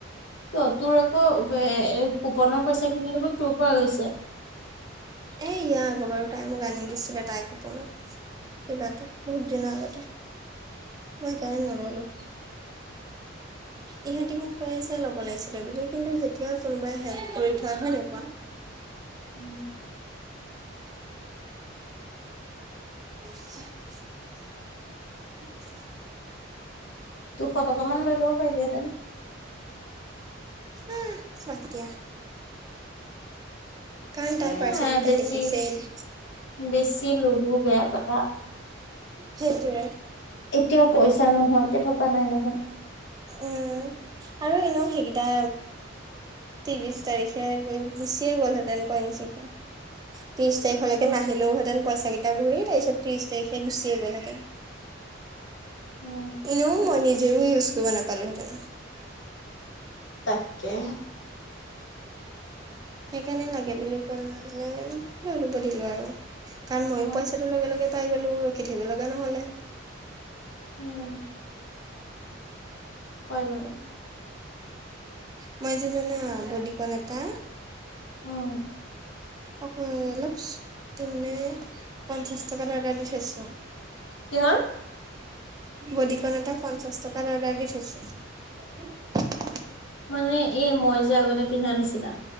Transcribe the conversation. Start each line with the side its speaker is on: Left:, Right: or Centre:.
Left: কিয় তোৰ আকৌ কুপনৰ পইচা খিনি দেখোন তোৰ পৰা গৈছে
Right: এ ইয়া আগবাৰ তাই মোক আনি দিছিলে তাই কপনত কিবা এটা বহুত দিনৰ আগতে মই এইকাৰণে নললো ইহ ই মোক কৈ আছে ল'ব লাগিছিলে বুলি কিন্তু তেতিয়াও কোনোবাই হেল্প কৰি থোৱা হয় নাই কোৱা?
Left: উম,
Right: <unintelligible>
Left: দুশ টকা মান লৈ ল'ব পাৰিলিহেঁতেন।
Right: উম, বাদ দিয়া। কাৰণ তাই
Left: এ
Right: পাৰ্চেলকেইটা
Left: বেছি
Right: দেখিছেই।
Left: বেছি লোভো বেয়া কথা।
Right: সেইটোৱে
Left: এতিয়াও পইচা নোহোৱা কে থকা নাই নহয়।
Right: উম, আৰু এনেও সেইগেটা ত্ৰিছ তাৰিখে গুচিয়ে গ'লহেঁতেন কয়েঞ্চকেইটা। ত্ৰিছ তাৰিখলৈকে
Left: উম।
Right: নাহিলেওহেঁতেন পইচাকেইটা ঘূৰি তাৰপিছত ত্ৰিছ তাৰিখে গুচিয়েগ'লহেঁতেন।
Left: উম,
Right: এনেও মই নিজেও ইউচ কৰিব নাপালোঁ হেঁতেনা
Left: তাকে।
Right: সেইকাৰণে লাগে বুলি কলে লৈ ল'ব দিলো আৰু কাৰণ মইও
Left: অ'।
Right: পইচাটো লগে-লগে এ পাই গ'লো ৰখি থাকিব লগা নহ'লে।
Left: উম, হয় মানে।
Right: মই যে জানা বদিকন এটা
Left: উম,
Right: <unintelligible> অলপচ ত' মানে পঞ্চাচ টকা লগাই দি থৈছোঁ।
Left: কিহৰ?
Right: বদিকণ এটা পঞ্চাচ টকাত অৰ্ডাৰ দি থৈছো।
Left: মানে এই মই যে আগতে পিন্ধা নিচিনা।